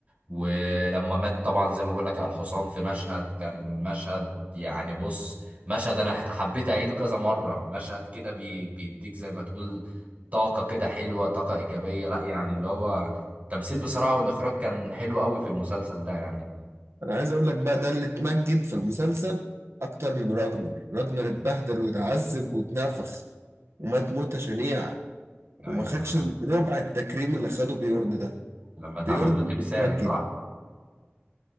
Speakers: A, on the right (about 35°); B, on the right (about 80°).
A: ولما مات طبعا زي ما بقول لك على الحصان في مشهد كان مشهد يعني بص مشهد انا حبيت اعيده كذا مرة مشهد كده بي بيديك زي ما تقول طاقة كده حلوة طاقة ايجابية لا يعني اللي هو التمثيل بصراحة والاخراج كان حلو قوي في المسلسل ده يعني
B: انا عايز اقول لك بقى ده اللي اتمجد في المسلسل اكتر من راجنر راجنر اتبهدل واتعذب واتنفخ ومات موتة شنيعة
A: ايوه
B: وما خدش
A: معاك.
B: ربع التكريم اللي خده بيورن ده
A: لما اتعمل
B: بيورن
A: له تمثال
B: متمجد
A: صح